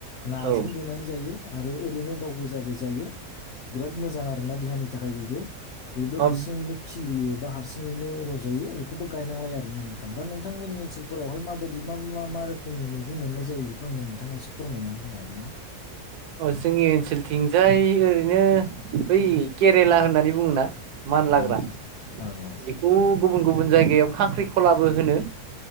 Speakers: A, on the left; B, on the right.
A: नाजों
B: औ
A: देनानै जायो आरो ओरैनो गाव गोजाबो जायो बिराद मोजां आरोना देहानि थाखाय बेबो बेबो हारसिङैनो
B: अब
A: खिलियो बा हारसिङैनो रज'यो बेखौबो गायनांलाया आरो ना नोंथां दा नोंथांमोन ओनसोलफोरावहाय मा बेबायदि मा मा मा रोखोमनि मैगं मोननाय जायो बेखौ आंनो नोंथाङा एसे फोरमायनानै होनो हागोन ना
B: ओ जोंनि ओनसोलथिंजाय ओरैनो बै केरेला होननानै बुङो ना मानलाग्रा
A: औ नोंथां औ
B: बेखौ
A: औ
B: गुबुन गुबुन जायगायाव खांख्रिख'लाबो होनो